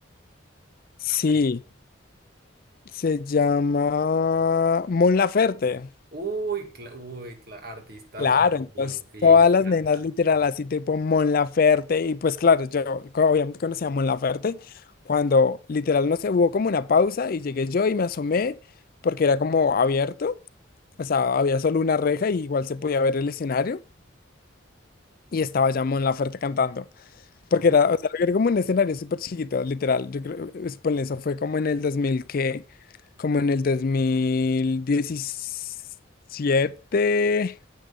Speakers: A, on the left; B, on the right.
A: Sí,
B: ay,
A: se llama Mon Laferte.
B: Uy, cla- uy, cla- artistas
A: Claro,
B: a montón,
A: entonces
B: sí,
A: todas
B: me encanta.
A: las nenas literal así tipo Mon Laferte y pues claro, yo co- obviamente conocía a Mon Laferte cuando literal no se hubo como una pausa y llegué yo y me asomé porque era como abierto, o sea, había solo una reja y igual se podía ver el escenario y estaba ya Mon Laferte cantando.
B: Ojo,
A: Porque era, o sea, era como un escenario súper chiquito, literal. Yo creo, es- ponle, eso fue como en el 2000 que, como en el 2017